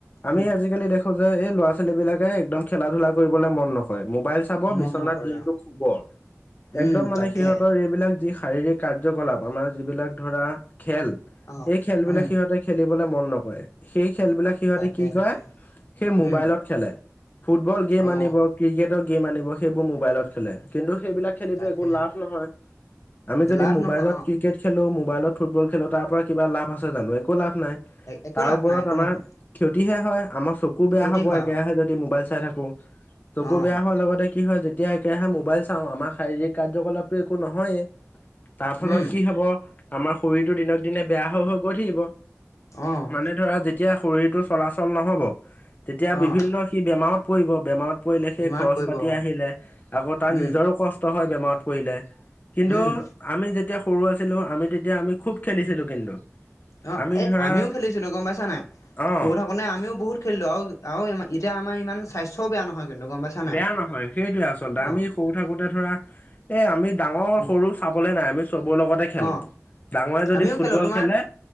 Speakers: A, on the left; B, on the left.
A: আমি
B: উম,
A: আজিকালি দেখো যে এই ল'ৰা ছোৱালী বিলাকে একদম খেলা ধূলা কৰিবলৈ মন ন মোবাইল চাব
B: মন
A: বিচনাত
B: নকৰে
A: দিনতটো
B: অ',
A: শুব একদম
B: উম,
A: মানে
B: তাকে
A: সিহঁতৰ এইবিলাক যি শাৰীক কাৰ্যকলাপ আমাৰ যিবিলাক ধৰা খেল
B: অ',
A: এই খেলবিলাক
B: উম,
A: সিহঁতে খেলিব। খেলিবলে মন নকৰে সেই খেলবিলাক সিহঁতি
B: তাকে
A: কি কৰে
B: তাকে
A: সেই মোবাইলত
B: উম,
A: খেলে ফুটবল গেম
B: অ',
A: আনিব ক্ৰিকেটৰ গেম আনিব সেইবোৰ মোবাইলত খেলে কিন্তু সেইবিলাক খেলিটো
B: তাকে
A: একো লাভ নহয় আমি যদি
B: লাভ
A: মোবাইলত
B: নহয় অ',
A: ক্ৰিকেট খেলো মোবাইলত ফুটবল খেলো তাৰ পৰা কিবা আছে জানো একো লাভ নাই
B: একো
A: তাৰ
B: লাভ
A: ওপৰত
B: নাই একো
A: আমাৰ
B: লাভ নাই
A: ক্ষতিহে হয় আমাৰ চকু বেয়া
B: ক্ষতি
A: হ'ব
B: হয়
A: একেৰাহে
B: অ',
A: যদি মোবাইল চাই থাকো চকু
B: অ',
A: বেয়া হোৱাৰ লগতে কি হয় যেতিয়া একেমোবাইল চাওঁ আমাৰ শাৰীৰিক কাৰ্যকলাপটো একো নহয়েই। তাৰ ফলত
B: উম,
A: কি হব আমাৰ শৰীৰটো দিনক দিনে বেয়া হৈ হৈ গৈ থাকিব।
B: অ',
A: মানে ধৰা যেতিয়া শৰীৰটো চলাচল নহব তেতিয়া বিভিন্ন
B: অ',
A: সি বেমাৰত পৰিব বেমাৰত পৰিলে সেই
B: বেমাৰত
A: খৰচ
B: পৰিব
A: পাতি
B: অ',
A: আহিলে আকৌ তাৰ
B: উম,
A: নিজৰো কষ্ট হয়। বেমাৰত পৰিলে, কিন্তু
B: উম,
A: আমি যেতিয়া সৰু আছিলোঁ আমি তেতিয়া আমি খুব খেলিছিলোঁ কিন্তু
B: অ
A: আমি
B: এই
A: ধৰা
B: আমিও খেলিছিলো গম পাইছা নাই
A: অ
B: সৰু থাকো নে আমিও বহুত খেলিলো আৰু ইমা- এতিয়া আমাৰ ইমান স্বাস্থ্যও বেয়া নহয়। কিন্তু গম পাইছা নাই।
A: বেয়া নহয় সেইটোয়ে আচলতে
B: অ'
A: আমি সৰু থাকোঁতে ধৰা এ আমি ডাঙৰ
B: উম
A: সৰু চাবলে নাই আমি চবৰে লগতে খেলো
B: অ'
A: ডাঙৰে যদি
B: আমিও
A: ফুটবল
B: খেলো তোমাৰ
A: খেলে